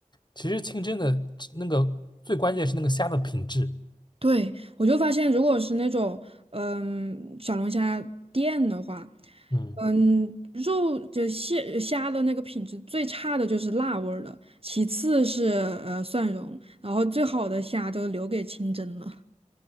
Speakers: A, on the left; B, on the right.
A: 其实清蒸的那个最关键是那个虾的品质。
B: 对，我就发现，如果是那种嗯小龙虾店的话，
A: 嗯。
B: 嗯肉就蟹虾的那个品质最差的就是辣味儿的，其次是呃蒜蓉，然后最好的虾都留给清蒸了。